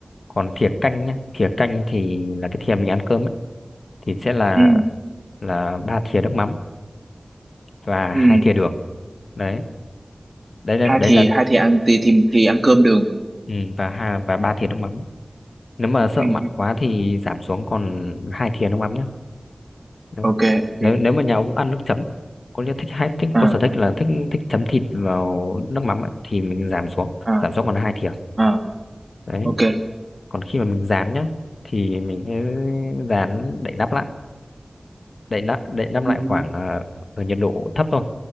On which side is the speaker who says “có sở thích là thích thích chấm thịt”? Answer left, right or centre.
Left